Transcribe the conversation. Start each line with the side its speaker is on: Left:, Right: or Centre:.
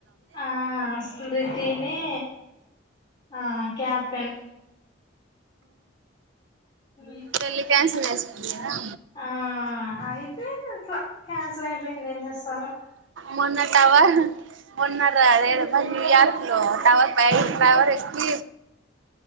Left: ఆ స్మృతినే ఆ క్యాప్టెన్ <inaudible>
Right: పెళ్లి క్యాన్సల్ చేసుకున్నారా
Left: ఆ అయ్పోయింది అట్లా క్యాన్సిల్ అయ్పోయింది ఏం చేస్తారు
Right: మొన్న టవాల్ మొన్న రా అదేదో న్యూయార్క్ లో టవర్ పై టవర్ ఎక్